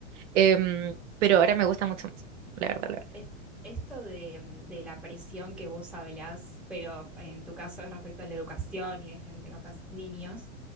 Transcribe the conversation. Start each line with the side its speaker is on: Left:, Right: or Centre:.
Right: em, pero ahora me gusta mucho más, la verdad, la verdad.
Centre: Es- Esto de, de la presión que vos hablás, pero en tu caso es respecto a la educación y de gente capaz, niños,